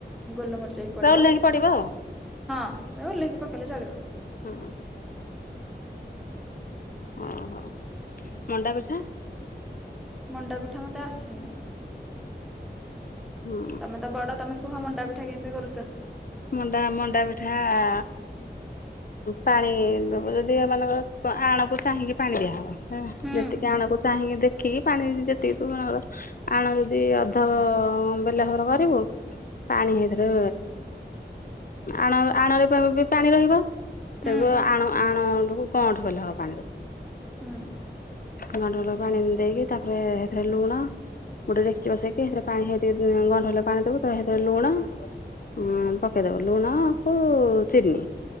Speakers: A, in the centre; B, on the left.
A: ଗୋଲମରିଚ ବି ପଡିବ।
B: ପୁରା ଓହ୍ଲେଇକି ଆଉ
A: ହଁ ଓଲ୍ହେଇକି ପକେଇଲେ ଚଳିବ।
B: ହୁଁ। ଓ ହଉ ମଣ୍ଡା ପିଠା।
A: ମଣ୍ଡା ପିଠା ମତେ ଆସିନି।
B: ହୁଁ
A: ତମେ ତ ବଡ ତମେ କୁହ ମଣ୍ଡା ପିଠା କେମିତି କରୁଛ?
B: ମଣ୍ଡା ମଣ୍ଡା ପିଠା ଆ ପାଣି ଦବ ଯଦି ଏମାନାନଙ୍କ ଆଣକୁ ଚାହିଁକି ପାଣି ଦିଆହବ। ହେନା
A: ହୁଁ
B: ଯେତିକି ଆଣକୁ ଚାହିଁକି ଦେଖିକି ପାଣି ଯେ ତିିକି ତୁ ମନେକର ଆଣ ଯଦି ଅଧ ବେଲା ଭାବର କରିବୁ ପାଣି ହେଇଥିରେ ଆଣ ଆଣରେ ପା ବି ପାଣି ରହିବ।
A: ହୁଁ
B: ତାକୁ ଆଣ ଆଣଟାକୁ କଅଁଣ୍ଠ ଭଲେ ହବ ପାଣି ଦବ।
A: ହୁଁ
B: ଗଅଁଣ୍ଠ ଭଲ ପାଣି ଦେଇକି ତାପରେ ହେଥିରେ ଲୁଣ ଗୋଟେ ଡେକ୍ଚି ବସେଇକି ହେଥିରେ ପା ହେଥି ଗଅଁଣ୍ଠ ହେଲେ ପାଣି ଦବୁ ହେଥିରେ ଲୁଣ ପା ପକେଇଦବ ଲୁଣ କୁ ଚିନି,